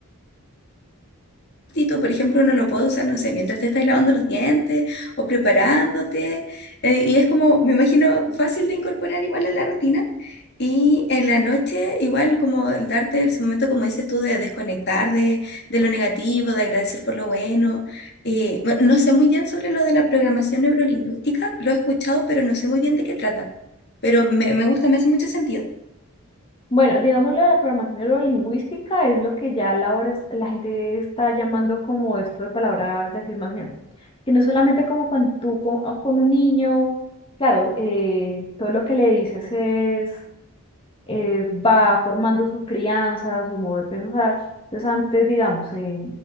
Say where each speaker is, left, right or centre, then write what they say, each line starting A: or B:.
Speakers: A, on the left (about 50°); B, on the left (about 25°).
A: Tito, por ejemplo, uno lo puede usar, no sé, mientras te estás lavando los dientes o preparándote. eh, y es como, me imagino, fácil de incorporar igual a la rutina. Y en la noche, igual como el darte ese momento, como dices tú, de desconectar de, de lo negativo, de agradecer por lo bueno. Eh, bueno, no sé muy bien sobre lo de la programación neurolingüística, lo he escuchado, pero no sé muy bien de qué trata. Pero me, me gusta, me hace mucho sentido.
B: Bueno, digamos lo de la programación neurolingüística es lo que ya a la hora es- la gente está llamando como esto de palabras de afirmación. que no solamente como con tú, con, o con un niño, claro, eh, todo lo que le dices es eh, va formando su crianza, su modo de pensar. Entonces antes, digamos, eh,